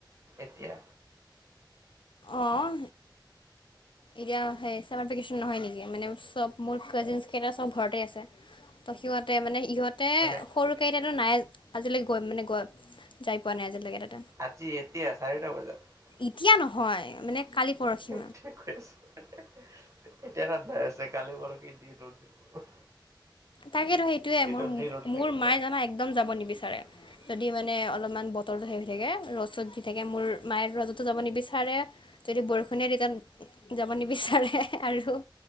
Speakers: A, on the right; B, on the left.
A: এতিয়া
B: অঁ এতিয়া সেই চামাৰ ভেকেচন নহয় নেকি মানে চব মোৰ কাজেনছ কেইটা চব ঘৰতে আছে। ত' সিঁহতে মানে ইহঁত
A: মানে।
B: এতিয়াতো নাই আজিলৈকে গৈ মানে গৈ যাই পোৱা নাই আজিলৈকে তাতে।
A: আজি এতিয়া চাৰিটা বজাত।
B: এতিয়া নহয় মানে কালি পৰশি।
A: <unintelligible> এতিয়া <unintelligible> আছে কালি পৰখি যি ৰ'দ দিব।
B: তাকেতো সেইটোয়ে
A: দিনত
B: মোৰ
A: যি ৰ'দ থাকে
B: মোৰ
A: ন
B: মায়ে জনা একদম যাব নিবিচাৰে
A: <inaudible>
B: যদি মানে অলপমান বতৰটো হে হৈ থাকে ৰদ চত দি থাকে মোৰ মায়ে ৰজতো যাব নিবিচাৰে যদি বৰষুণে তেতিয়া যাব নিবিচাৰে আৰু